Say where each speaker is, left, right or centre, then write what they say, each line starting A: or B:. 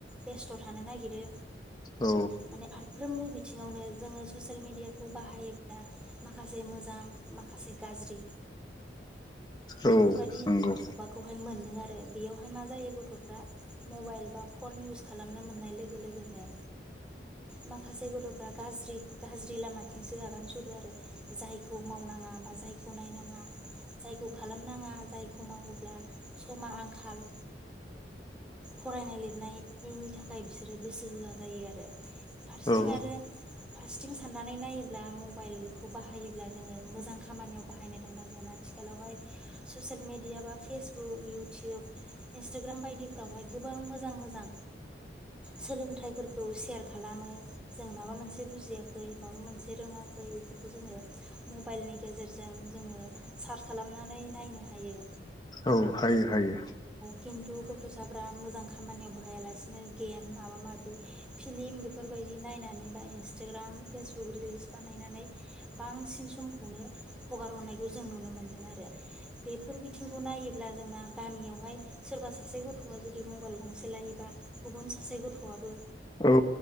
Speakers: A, in the centre; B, on the left.
A: बेस्थ' थानो नागिरो।
B: औ
A: माने फारफ्रोमबो बिथिङावनो जोङो ससेल मेडियाखौ बाहायोब्ला माखासे मोजां माखासे गाज्रि बेफोरबादि
B: औ नंगौ
A: माबाखौहाय मोनो आरो बेयावहाय माजायो गथ'फ्रा मबाइल बा फन इउस खालामनो मोननाय लोगो लोगोनो माखासे गथ'फ्रा गाज्रि गाज्रि लामाथिंसो आगान सुरोआरो जायखौ मावनाङा बा जायखौ नायनाङा जायखौ खालामनाङा जायखौ मावोब्ला समा आंखाल फरायनाय लिरनायनि थाखाय बिसोरो गोसो होआ जायो आरो। फारसेथिं
B: औ
A: आरो फारसेथिं साननानै नायोब्ला मबाइलखौ बाहायोब्लाजोङो मोजां खामानियाव बाहायनो रोंनांगोन आथिखालावहाय ससियेल मेडिया बा फेसबुक, इउटुब, इन्सटाग्राम बायदि फोरावहाय गोबां मोजां मोजां सोलोंथाइफोरखौ सेर खालामो जों माबा मोनसे बुजियाखै माबा मोनसे रोङाखै बेफोरखौ जोङो मबाइलनि गेजेरजों जोङो सार्च खालामनानै नायनो हायो।
B: औ हायो हायो।
A: किन्तु गथ'साफ्रा मोजां खामानियाव बाहायालासिनो गेम माबा माबि फिलिम बेफोरबायदि नायनानै बा इन्सटाग्राम, फेसबुक रिल्स बानायनानै बांसिन समखौनो हगार हरनायखौजों नुनोमोनदों आरो बेफोर बिथिंखौ नायोब्ला जोंना गामियावहाय सोरबासासे गथ'आ जुदि मबाइल गंसे लायोबा गुबुन सासे गथ'आबो
B: औ